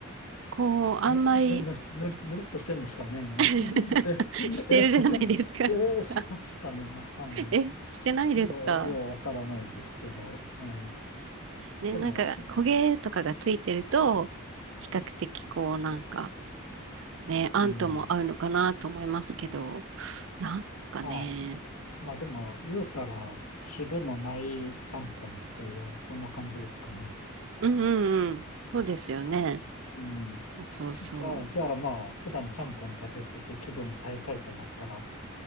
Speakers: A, on the right; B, on the left.
A: こうあんまり
B: え、ぬ、ぬ、ぬる、ぬるっとしてんですか、麺は。
A: <laughs>
B: <laughs> え、
A: してるじゃないですか。
B: え、え、してますかね。
A: <laughs>
B: はい。
A: え、してないですか
B: よう、ようわからないですけど、はい。
A: ね、
B: でも、
A: なんか焦げとかがついてると、
B: うん。
A: 比較的こうなんかね、あんとも合うのかなと思いますけど、
B: うん
A: なんかね、
B: まあ、まあでも、言うたら、汁のないちゃんぽんっていう、そんな感じですかね。
A: うんうんうん。そうですよね。
B: うん。
A: そうそうそう。
B: じゃあ、じゃあまあ、普段ちゃんぽん食べてて気分変えたいとなったら、